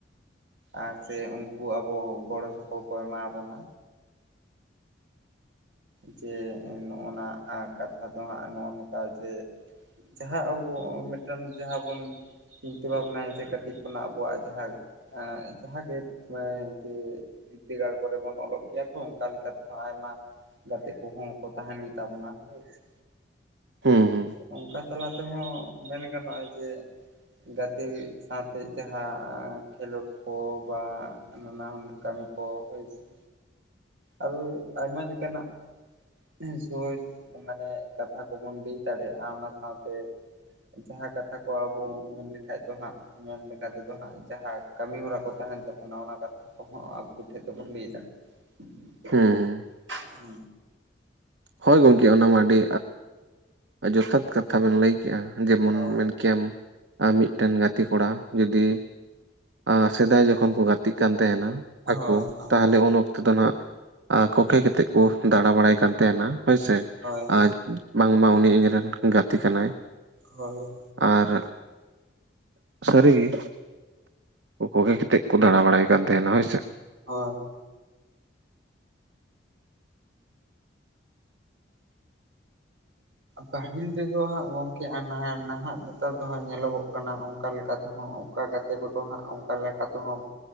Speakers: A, on the right (about 85°); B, on the right (about 70°).
A: ᱟᱨ ᱥᱮ ᱩᱱᱠᱩ ᱟᱵᱚ ᱜᱚᱲᱚ ᱥᱚᱯᱚᱦᱚᱫ ᱠᱚ ᱮᱢᱟ ᱵᱚᱱᱟ ᱡᱮ ᱱᱚᱜ-ᱚ ᱱᱟ ᱠᱟᱛᱷᱟ ᱫᱚ ᱦᱟᱸᱜ ᱱᱚᱜ-ᱚ ᱱᱚᱝᱠᱟ ᱡᱮ ᱡᱟᱦᱟ ᱟᱵᱚ ᱢᱤᱫᱴᱟᱝ ᱡᱟᱦᱟ ᱵᱚᱱ ᱪᱤᱱᱛᱟᱹ ᱵᱷᱟᱵᱽᱱᱟᱭ ᱪᱮᱫ ᱠᱷᱟᱹᱛᱤᱨ ᱠᱷᱚᱱᱟᱜ ᱟᱵᱚᱣᱟᱜ ᱡᱟᱦᱟ ᱡᱟᱦᱟ ᱜᱮ ᱡᱮ ᱵᱤᱫᱽᱫᱟᱹᱜᱟᱲ ᱠᱚᱨᱮ ᱵᱚᱱ ᱚᱞᱚᱜ ᱜᱮᱭᱟ ᱛᱚ ᱚᱱᱠᱟ ᱞᱮᱠᱟᱛᱮ ᱫᱚ ᱦᱟᱸᱜ ᱟᱭᱢᱟ ᱜᱟᱛᱮ ᱠᱚᱦᱚᱸ ᱠᱚ ᱛᱟᱦᱮᱱ ᱜᱮᱛᱟ ᱵᱚᱱᱟ ᱦᱳᱭ ᱥᱮ
B: ᱦᱩᱸ ᱦᱩᱸ
A: ᱚᱱᱠᱟ ᱚᱱᱟ ᱛᱮᱦᱚᱸ ᱢᱮᱱ ᱜᱟᱱᱚᱜ-ᱟ ᱡᱮ ᱜᱟᱛᱮ ᱥᱟᱶᱛᱮ ᱡᱟᱦᱟ ᱠᱷᱮᱞᱳᱰ ᱠᱚ ᱵᱟ ᱱᱟᱱᱟ ᱦᱩᱱᱟᱹᱨ ᱠᱟᱹᱢᱤ ᱠᱚ ᱦᱳᱭ ᱥᱮ ᱟᱨ ᱟᱭᱢᱟ ᱞᱮᱠᱟᱱᱟᱜ ᱦᱮ ᱥᱮ ᱦᱳᱭ ᱢᱟᱱᱮ ᱠᱟᱛᱷᱟ ᱠᱚᱵᱚᱱ ᱞᱟᱹᱭ ᱫᱟᱲᱮᱭᱟᱜ-ᱟ᱾ ᱚᱱᱟ ᱥᱟᱶᱛᱮ ᱡᱟᱦᱟ ᱠᱟᱛᱷᱟ ᱠᱚ ᱟᱵᱚ ᱢᱮᱱ ᱞᱮᱠᱷᱟᱡ ᱫᱚ ᱦᱟᱸᱜ ᱢᱮᱱ ᱞᱮᱠᱟ ᱛᱮᱫᱚ ᱦᱟᱸᱜ ᱡᱟᱦᱟᱸ ᱠᱟᱹᱢᱤ ᱦᱚᱨᱟ ᱠᱚ ᱛᱟᱦᱮᱱ ᱛᱟᱵᱚᱱᱟ ᱚᱱᱟ ᱠᱚ ᱦᱚ ᱟᱠᱚᱴᱷᱮᱡ ᱫᱚᱵᱚᱱ ᱞᱟᱹᱭ ᱫᱟᱲᱮᱭᱟᱜ-ᱟ
B: ᱦᱩᱸ ᱦᱩᱸ ᱦᱳᱭ ᱜᱚᱢᱠᱮ ᱚᱱᱟ ᱢᱟ ᱟᱹᱰᱤ ᱟ ᱡᱚᱛᱷᱟᱛ ᱠᱟᱛᱷᱟ ᱵᱮᱱ ᱞᱟᱹᱭ ᱠᱮᱜ-ᱟ᱾ ᱡᱮᱢᱚᱱ
A: ᱦᱳᱭ
B: ᱢᱮᱱ ᱠᱮᱭᱟᱢ ᱟᱨ ᱢᱤᱫᱴᱟᱝ ᱜᱟᱛᱮ ᱠᱚᱲᱟ ᱡᱩᱫᱤ ᱟᱨ ᱥᱮᱫᱟᱭ ᱡᱚᱠᱷᱚᱱ ᱠᱚ ᱜᱟᱛᱮᱜ ᱠᱟᱱ ᱛᱟᱦᱮᱱᱟ
A: ᱦᱳᱭ
B: ᱟᱠᱚ ᱛᱟᱦᱚᱞᱮ ᱩᱱ ᱚᱠᱛᱚ ᱛᱮᱫᱚ ᱱᱟᱜ ᱠᱚᱠᱮ ᱠᱟᱛᱮᱫ ᱠᱚ ᱫᱟᱬᱟ ᱵᱟᱲᱟᱭ ᱠᱟᱱ ᱛᱟᱦᱮᱱᱟ ᱦᱳᱭ ᱥᱮ
A: ᱦᱳᱭ ᱦᱳᱭ
B: ᱟᱨ ᱵᱟᱝᱢᱟ ᱩᱱᱤ ᱤᱧ ᱨᱮᱱ ᱜᱟᱛᱮ ᱠᱟᱱᱟᱭ
A: ᱦᱳᱭ
B: ᱟᱨ ᱥᱟᱹᱨᱤ ᱜᱮ ᱠᱚᱠᱚᱜᱮᱛᱮᱫ ᱠᱚ ᱫᱟᱬᱟ ᱵᱟᱲᱟᱭ ᱠᱟᱱ ᱛᱟᱦᱮᱱᱟ ᱦᱳᱭ ᱥᱮ
A: ᱦᱳᱭ ᱯᱟᱹᱦᱤᱞ ᱛᱮᱫᱚ ᱦᱟᱸᱜ ᱜᱚᱢᱠᱮ ᱟᱨ ᱱᱟᱦᱟᱜ ᱱᱮᱛᱟᱨ ᱫᱚ ᱦᱟᱸᱜ ᱧᱮᱞᱚᱜᱚᱜ ᱠᱟᱱᱟ ᱚᱱᱠᱟ ᱞᱮᱠᱟᱛᱮ ᱚᱠᱟ ᱜᱟᱛᱮ ᱠᱚᱫᱚ ᱦᱟᱸᱜ ᱚᱱᱠᱟ ᱞᱮᱠᱟ ᱛᱮᱦᱚᱸ